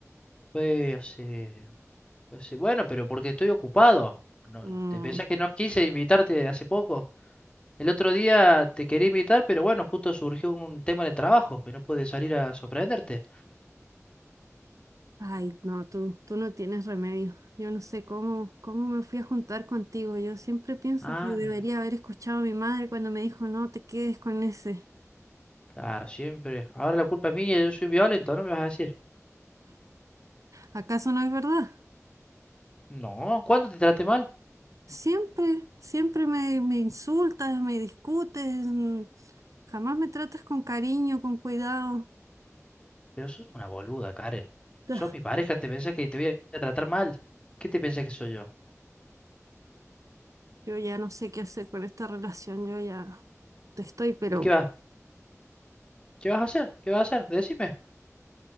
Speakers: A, on the left (about 20°); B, on the right (about 75°).
A: Pues, hace- hace- bueno, pero porque estoy ocupado. No,
B: Mm,
A: ¿te pensás que no quise invitarte hace poco? El otro día te quería invitar, pero bueno, justo surgió un tema en el trabajo, que no pude salir a sorprenderte.
B: Ay, no, tú, tú no tienes remedio. Yo no sé cómo, cómo me fui a juntar contigo. Yo siempre pienso
A: Ah,
B: que debería
A: mira,
B: haber escuchado a mi madre cuando me dijo, no te quedes con ese.
A: claro, siempre. Ahora la culpa es mía, yo soy violento, ¿no me vas a decir?
B: ¿Acaso no es verdad?
A: No, ¿cuándo te traté mal?
B: Siempre, siempre me, me insultas, me discutes, mm, jamás me tratas con cariño, con cuidado.
A: Pero sos una boluda, Karen.
B: Ah,
A: Sos mi pareja, ¿te pensás que te voy a tratar mal? ¿Qué te pensás que soy yo?
B: Yo ya no sé qué hacer con esta relación, yo ya te estoy, pero
A: ¿Y qué vas a ¿Qué vas a hacer? ¿Qué vas a hacer? Decime.